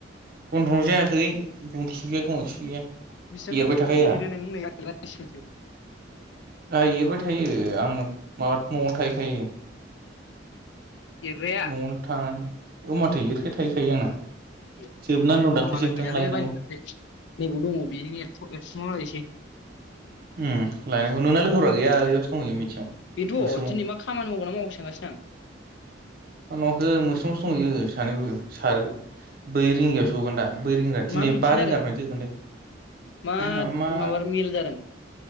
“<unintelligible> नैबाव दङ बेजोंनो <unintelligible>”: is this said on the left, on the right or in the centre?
Left